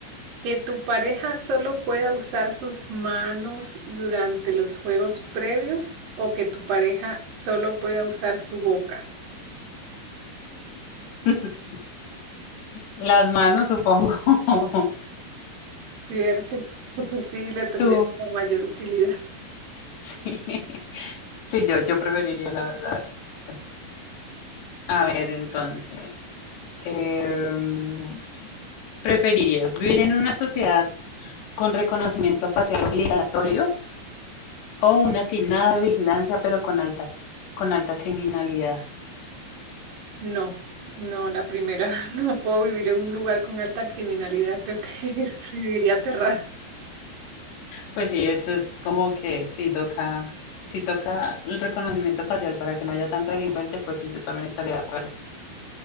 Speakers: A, on the right; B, on the left.
A: que tu pareja solo pueda usar sus manos durante los juegos previos o que tu pareja solo pueda usar su boca,
B: <laughs> Las manos, supongo. <laughs>
A: ¿cierto? <laughs> Sí, le tendría
B: Tú.
A: como mayor utilidad.
B: <laughs> Sí, yo, yo preferiría, la verdad, eso. A ver, entonces, em, ¿preferirías vivir en una sociedad con reconocimiento facial obligatorio o una sin nada de vigilancia pero con alta, con alta criminalidad?
A: No, no, la primera, <laughs> no puedo vivir en un lugar con alta criminalidad, creo que <laughs> viviría aterrada.
B: Pues sí, eso es como que si toca, si toca el reconocimiento facial para que no haya tanto delincuente, pues sí, yo también estaría de acuerdo.